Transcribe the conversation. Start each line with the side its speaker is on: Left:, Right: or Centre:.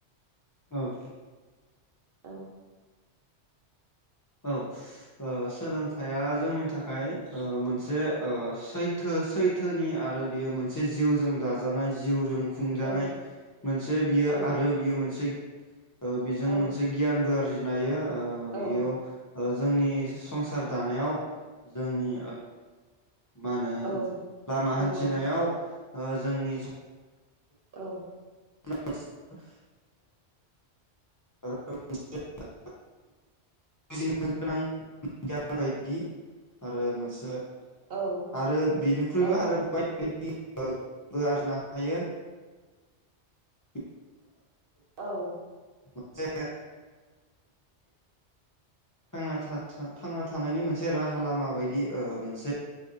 Left: औ।
Right: औ।
Left: औ सोलोंथाइया जोंनि थाखाय मोनसे सैथो सैथोनि आरो बेयो मोनसे जिउजों दाजानाय जिउजों। खुंजानाय
Right: औ
Left: मोनसे बियो
Right: औ
Left: आरो बियो मोनसे। बेजों
Right: औ
Left: मोनसे गियानबो आरजिनो। हायो। ओ
Right: औ।
Left: इयाव जोंनि संसार दानायाव जोंनि। मा होनो
Right: औ
Left: लामा
Right: नंगौ
Left: हान्थिनायाव। ओ जोंनि।
Right: औ।
Left: <inaudible> <inaudible> बुजिनो गोनां गय बायदि आरो मोनसे।
Right: औ
Left: आरो बिनिख्रुइबो
Right: औ
Left: आरो बायदि। आरजिनो हायो। <inaudible> <inaudible>
Right: औ
Left: मोनसे। थांना था थां। थानायनि मोनसे राहा लामा बायदि मोनसे।